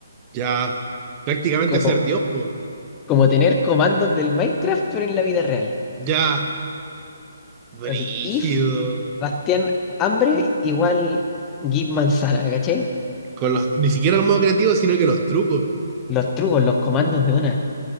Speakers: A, on the right; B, on the left.
A: ya. Prácticamente
B: Como,
A: ser Dios, po.
B: como tener comandos del Minecraft, pero en la vida real.
A: Ya. Brígido.
B: Así, if Bastián hambre igual give manzana, ¿cachai?
A: Con los, ni siquiera el modo creativo, sino que los trucos.
B: Los trucos, los comandos de una,